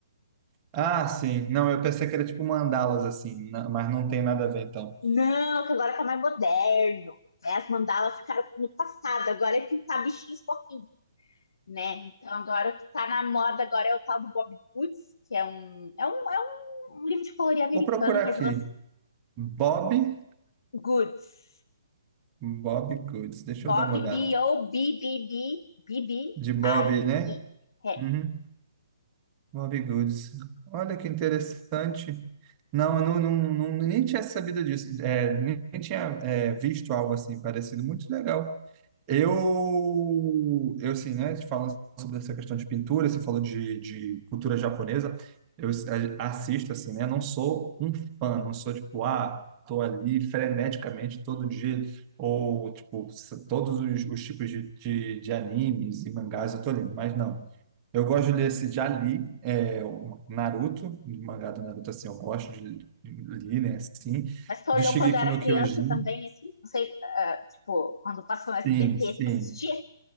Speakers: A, on the right (about 25°); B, on the left (about 80°).
A: ah, sim. Não, eu pensei que era tipo mandalas assim, na- mas não tem nada a ver então.
B: Não, que agora tá mais moderno. Né? As mandalas ficaram no passado, agora é pintar bichinhos fofinhos. né? Então agora o que tá na moda agora é o tal do Bob Goods, que é um é um, é um, um livro de colorir americano,
A: Vou procurar
B: mas
A: aqui.
B: lança
A: Bob,
B: Goods.
A: Bob Goods. Deixa
B: Bob
A: eu dar uma olhada.
B: B O B B B B B
A: De Bob,
B: I
A: né?
B: E. É.
A: Uhum. Bob Goods. Olha que interessante. Não, eu não, não, não, nem tinha sabido disso. É, nem nem tinha, é, visto algo assim parecido. Muito legal. Eu, eu assim, né, falando sobre essa questão de pintura, você falou de, de cultura japonesa, eu a- assisto, assim, né, não sou um fã, não sou tipo, ah, tô ali freneticamente todo dia, ou, tipo, s- todos os, os tipos de, de, de animes e mangás eu tô lendo, mas não. Eu gosto de ler esse, já li, é, o Naruto, o mangá do Naruto, assim, eu gosto de ler, né, assim,
B: Mas tu olhou
A: do Shingeki
B: quando era
A: no
B: criança
A: Kyojin,
B: também, assim, não sei, ah, tipo, quando passou no SBT,
A: sim, sim,
B: tu assistia?